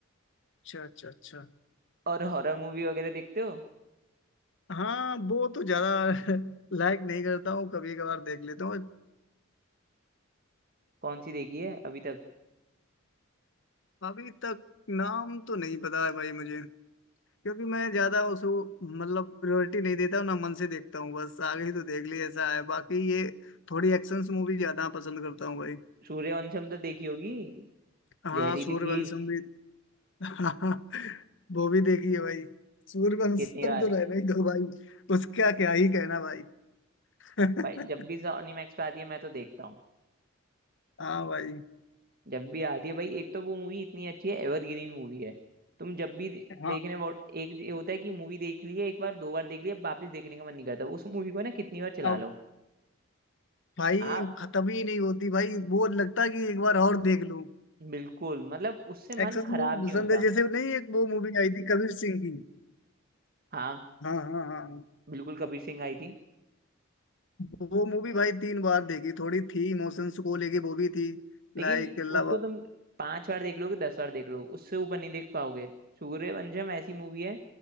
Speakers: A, on the left; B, on the right.
A: अच्छा अच्छा अच्छा
B: और हॉरर मूवी वगैरह देखते हो
A: हाँ वो तो ज्यादा <laughs> लाइक नहीं करता हूँ कभी कभार देख लेता हूँ
B: कौन सी देखी है अभी तक
A: अभी तक नाम तो नहीं पता है भाई मुझे क्योंकि मैं ज्यादा उसको मतलब प्रायोरिटी नहीं देता हूँ ना मन से देखता हूँ बस आगे ही तो देख ली ऐसा है बाकी ये थोड़ी एक्शन मूवी ज्यादा पसंद करता हूँ भाई
B: सूर्यवंशम तो देखी होगी
A: हाँ
B: जहरीली
A: सूर्यवंशम
B: खीर
A: भी <laughs> हाँ, वो भी देखी है भाई सूर्यवंशम
B: कितनी बार
A: तो रहने ही दो भाई उसका क्या ही कहना भाई <laughs>
B: भाई जब भी सोनी मैक्स पे आती है मैं तो देखता हूँ
A: हाँ भाई
B: जब भी आती है भाई एक तो वो मूवी इतनी अच्छी है एवरग्रीन मूवी है तुम जब भी दे-
A: हाँ
B: देखने बहुत एक ये होता है कि मूवी देख ली है एक बार दो बार देख ली है वापस देखने का मन नहीं करता उस मूवी को ना कितनी बार चला
A: अब भाई
B: लो
A: खत्म ही नहीं होती भाई वो लगता है कि एक बार और देख लूं
B: बिल्कुल मतलब उससे मन
A: एक्सेस
B: खराब
A: मूवी
B: नहीं
A: पसंद
B: होता
A: है जैसे नहीं एक वो मूवी आई थी कबीर सिंह की
B: हाँ
A: हाँ हाँ हाँ हाँ।
B: बिल्कुल कबीर सिंह आई थी
A: वो मूवी भाई तीन बार देखी थोड़ी थी इमोशंस को लेके वो भी थी
B: लेकिन
A: लाइक लव
B: उसको तुम पांच बार देख लोगे दस बार देख लोगे उससे ऊपर नहीं देख पाओगे सूर्यवंशम ऐसी मूवी है